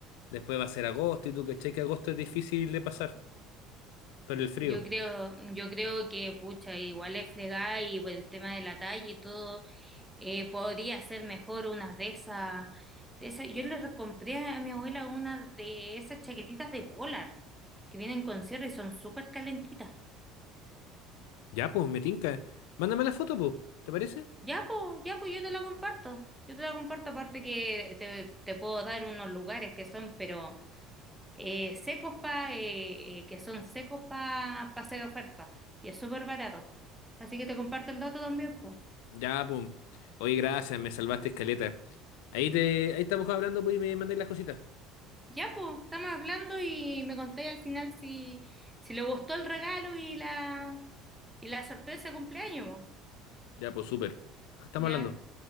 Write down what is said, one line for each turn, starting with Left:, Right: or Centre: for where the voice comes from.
Left: después va a ser agosto y tú cachai que agosto es difícil de pasar por el frío.
Centre: Yo creo, yo creo que, pucha, igual es fregar y por el tema de la talla y todo, Eh, podría ser mejor unas de esas, de esas. Yo le re- compré a mi abuela una de esas chaquetitas de polar que vienen con cierre y son súper calentitas.
Left: Ya, pues, me tinca. Mándame la foto, pues, ¿te parece?
Centre: Ya, pues, ya, pues yo te la comparto. Yo te la comparto, aparte que te, te puedo dar unos lugares que son, pero eh, secos pa, eh, eh, que son secos para hacer oferta. Y es súper barato. Así que te comparto el dato también, pues.
Left: Ya, pum. Oye, gracias, me salvaste escaleta. Ahí te, ahí estamos hablando, pues, y me mandáis las cositas.
Centre: Ya, pues, estamos hablando y me conté al final si, si le gustó el regalo y la Y la sorpresa de cumpleaños, mo.
Left: Ya, pues, súper. Estamos
Centre: Ya.
Left: hablando.